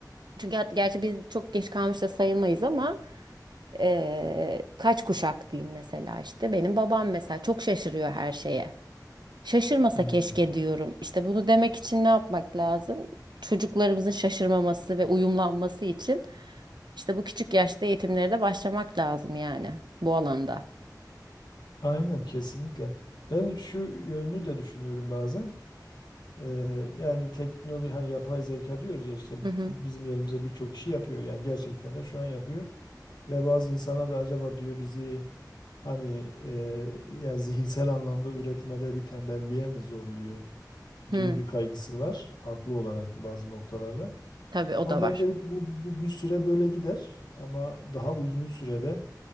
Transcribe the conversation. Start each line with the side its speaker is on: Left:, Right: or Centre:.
Right: çünkü hat- gerçi biz çok geç kalmış da sayılmayız ama e, kaç kuşak diyeyim mesela işte benim babam mesela çok şaşırıyor her şeye. Şaşırmasa
Left: Hmm.
Right: keşke diyorum. İşte bunu demek için ne yapmak lazım? Çocuklarımızın şaşırmaması ve uyumlanması için işte bu küçük yaşta eğitimlere de başlamak lazım yani bu alanda.
Left: Aynen kesinlikle. Ben şu yönünü de düşünüyorum bazen. Eee, yani teknoloji hani yapay zeka diyoruz ya işte
Right: Hı
Left: bizim
Right: hı.
Left: yerimize birçok işi yapıyor yani gerçekten de şu an yapıyor ve bazı insanlar da acaba diyor bizi hani eee yani zihinsel anlamda üretmede bir tembelliğe mi zorluyor
Right: Hı.
Left: gibi bir kaygısı var haklı olarak bazı noktalarda.
Right: Tabii o
Left: Ama
Right: da var.
Left: bence bir- bu, bu bir süre böyle gider ama daha uzun sürede